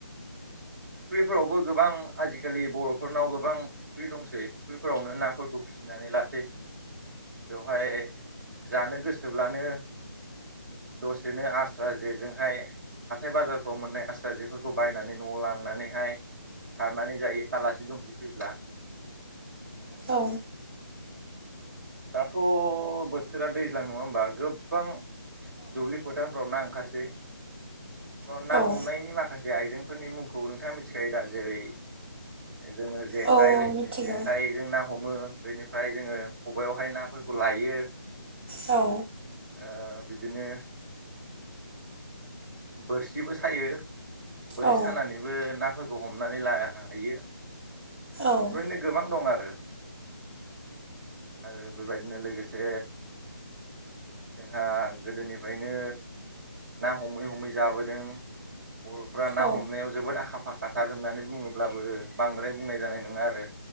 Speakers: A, on the right (about 55°); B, on the right (about 30°).
A: फुख्रिफोरावबो गोबां आजिखालि बर'फोरनाव गोबां फुख्रि दंसै फुख्रि फोरावनो नाफोरखौ फिसिनानै लासै बेयाव हाय जानो गोसोब्लानो दसेनो आ स्रा जे जोंहाय हाथाय बाजारफ्राव मोननाय आस्रा जेफोरखौ बायनानै न'आव लांनानैहाय सारनानै जायो आलासि दुमसि फैब्ला
B: औ
A: दाथ' बोथोरा दैज्लां नङा होमबा गोबां दुब्लि फोथारफ्राव ना ओंखारसै
B: औ
A: ना
B: औ
A: हमनायनि माखासे आइजें फोरनि मुंखौ नोंथाङा मिथिखायो दा जेरै जोङो जेखाइ
B: औ मिथिगौ
A: जेखाइजों ना हमो बेनि फ्राय जोङो खबायावहाय नाफोरखौ लायो
B: औ
A: ओ बिदिनो बोरसिबो सायो बोरसि
B: औ
A: सानानैबो ना फोरखौ हमनानै लायो
B: औ
A: बेदिनो गोबां दं आरो आरो बेबायदिनो लोगोसे जोंहा गोदोनिफ्रायनो ना हमै ह मैं जाबोदों बर'फ्रा ना
B: औ
A: हमनायाव जोबोद आखा फाखाथार होननानै बुङोब्लाबो बांद्राय बुंनाय जानाय नङा आरो